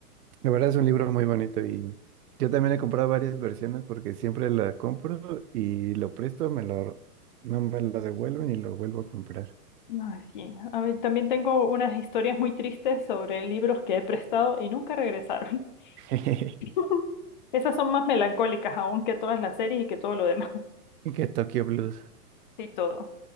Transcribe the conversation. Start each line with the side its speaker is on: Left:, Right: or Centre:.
Right: La verdad es un libro muy bonito y yo también he comprado varias versiones porque siempre la compro y lo presto, me lo, no me lo devuelven y lo vuelvo a comprar.
Left: Ay, sí. A mí también tengo unas historias muy tristes sobre libros que he prestado y nunca regresaron.
Right: <laughs>
Left: <laughs> Esas son más melancólicas aún que todas las series y que todo lo demás
Right: Y que Tokyo Blues.
Left: <laughs> y todo.